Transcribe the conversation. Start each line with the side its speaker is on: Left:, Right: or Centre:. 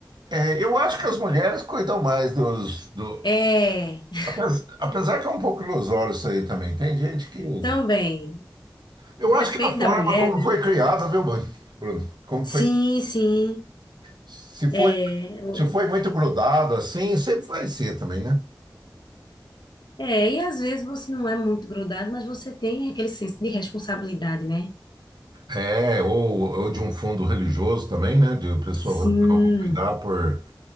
Right: é, eu acho que as mulheres cuidam mais dos. Do,
Left: É, <laughs>
Right: apes- apesar que é um pouco ilusório isso aí também. Tem gente que.
Left: também.
Right: Eu
Left: Depende
Right: acho que a forma
Left: da mulher,
Right: como
Left: né?
Right: foi criada, viu, Bruno? Bruno, Como foi.
Left: Sim, sim.
Right: Se foi,
Left: É, o-
Right: se foi muito grudado assim, sempre vai ser também, né?
Left: é, e às vezes você não é muito grudado, mas você tem aquele senso de responsabilidade, né?
Right: É, ou, ou de um fundo religioso também, né? De pessoa,
Left: Sim,
Right: não, vou cuidar por.